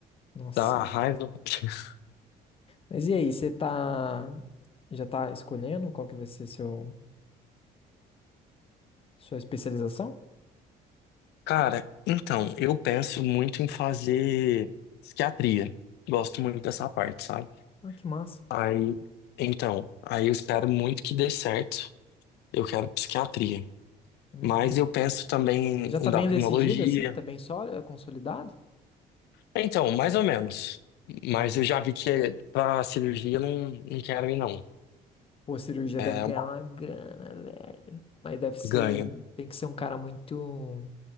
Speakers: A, on the left (about 35°); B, on the left (about 80°).
A: Nossa
B: Dá uma
A: Senhora.
B: raiva. <laughs>
A: Mas e aí, você tá. Já tá escolhendo qual que vai ser seu, sua especialização?
B: Cara, então, eu penso muito em fazer psiquiatria. Gosto muito dessa parte, sabe?
A: Ah, que massa.
B: Aí, então, aí eu espero muito que dê certo. Eu quero psiquiatria.
A: Uhum.
B: Mas eu penso também
A: Já
B: em
A: tá
B: endocrinologia.
A: bem decidido assim? Tá bem sólido, consolidado?
B: Então, mais ou menos. Mas
A: Hum.
B: eu já vi que para cirurgia eu não, não quero ir, não.
A: Pô, a cirurgia
B: É
A: deve ganhar
B: uma
A: uma grana, velho. Mas deve ser.
B: ganha.
A: Tem que ser um cara muito.